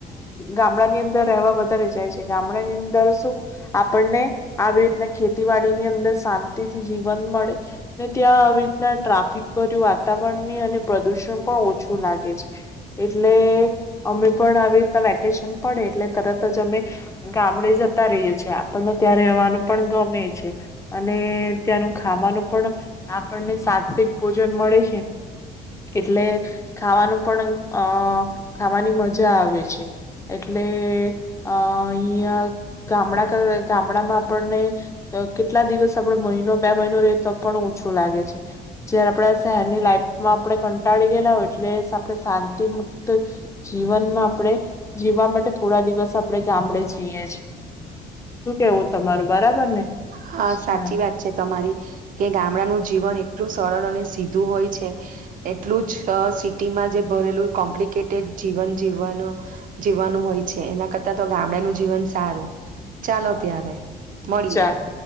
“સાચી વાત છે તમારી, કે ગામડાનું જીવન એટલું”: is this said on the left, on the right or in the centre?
Right